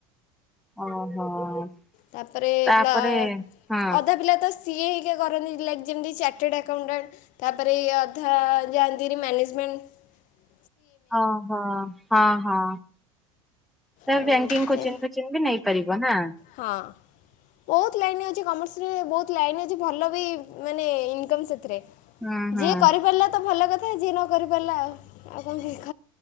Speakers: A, in the centre; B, on the left (about 50°).
A: ଓହୋ।
B: ତାପରେ <unintelligible>
A: ତାପରେ
B: ପ୍ରାୟର
A: ହଁ
B: ଅଧା ପିଲା ତ ସିଏ ହେଇ ଟିକେ କରନ୍ତି ଲାଇକ୍ ଯେମିତି ଚାର୍ଟେଡ଼ ଆକାଉଣ୍ଟାଣ୍ଟ ତାପରେ ଅଧା ଯାଆନ୍ତି ମ୍ୟାନେଜମେଣ୍ଟ ହ
A: ଅ ହୋ ହଁ ହଁ। ତମେ
B: ଆଉ
A: ବ୍ୟାଙ୍କିଙ୍ଗ କୋଚି
B: ସେ
A: ଫୋଚିଙ୍ଗ୍ ବି ନେଇପାରିବ ନାଁ
B: ହଁ। ବହୁତ ଲାଇନ ଅଛି କମର୍ସରେ ବହୁତ ଲାଇନ୍ ଅଛି ଭଲ ବି ମାନେ ଇନକମ୍ ସେଥିରେ
A: ହୁଁ ହୁଁ
B: ଯିଏ କରିପାରିଲା ତ ଭଲ କଥା ଯିଏ ନ କରି ପାରିଲା ଆଉ ଆଉ କଣ <unintelligible>